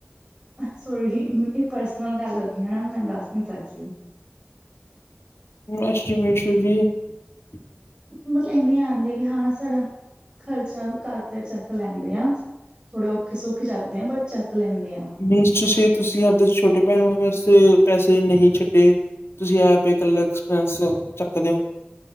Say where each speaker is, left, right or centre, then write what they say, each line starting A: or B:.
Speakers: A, on the right (about 25°); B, on the left (about 85°).
A: ਸੌਰੀ ਇਹ ਪਰਸਨਲ ਗੱਲ ਹੋ ਗਈ ਹੈ ਨਾ ਮੈਂ ਦੱਸ ਨੀ ਸਕਦੀ।
B: ਐਸਟਮੇਸੁ਼ ਵੀ <unintelligible>
A: ਮਤਲਬ ਇਨੀ ਆਉਂਦੀ ਹੈ ਕਿ ਹਾਂ ਸਾਡਾ ਖਰਚਾ ਘਰ ਦੇ ਚੱਕ ਲੈਂਦੇ ਆ। ਥੋੜੇ ਔਖੇ ਸੌਖੇ ਚੱਕਦੇ ਆਾਂ ਬਟ ਚੱਕ ਲੈਂਦੇ ਆ।
B: ਮੀਨਜ ਤੁਸੀਂ ਆਪਦੇ ਛੋਟੇ ਭੈਣ ਵਾਸਤੇ ਪੈਸੇ ਨਹੀਂ ਛੱਡੇ। ਤੁਸੀ ਆਪ ਹੀ ਕੱਲੇ ਐਕਸਪ੍ਰੈਸ ਚੱਕਦੇ ਹੋ।